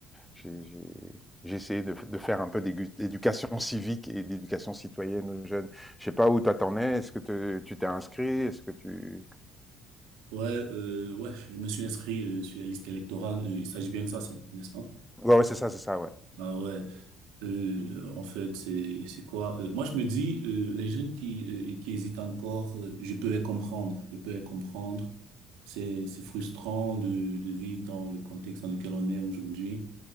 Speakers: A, in the centre; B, on the right (about 65°).
A: j'ai, j'ai, j'ai essayé de, de faire un peu d'égu- d'éducation civique et d'éducation citoyenne aux jeunes. Je sais pas où toi t'en es, est-ce que te- tu t'es inscrit, est-ce que tu...
B: Ouais, euh, ouais, je me suis inscrit euh, sur la liste électorale. euh, il s'agit bien de ça, c'est- n'est-ce pas?
A: Ouais, ouais, c'est ça, c'est ça, ouais.
B: Ah ouais. Euh, euh, en fait, c'est c'est quoi? Euh, moi, je me dis, euh, les jeunes qui euh, qui hésitent encore, euh, je peux les comprendre. Je peux les comprendre. C'est c'est frustrant de de vivre dans le contexte dans lequel on est aujourd'hui.